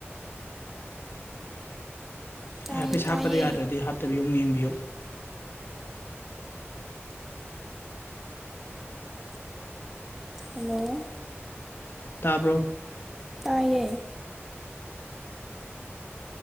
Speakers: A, in the centre; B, on the left (about 55°).
A: ꯇꯥꯏꯌꯦ
B: ꯏꯌꯔꯄꯤꯁ
A: ꯇꯥꯏꯌꯦ
B: ꯍꯥꯞꯄꯗ ꯌꯥꯗ꯭ꯔꯗꯤ ꯍꯥꯞꯇꯕꯤ ꯑꯃꯨꯛ ꯌꯦꯡꯕꯤꯌꯣ
A: ꯍꯜꯂꯣ
B: ꯇꯕ꯭ꯔꯣ
A: ꯇꯥꯏꯌꯦ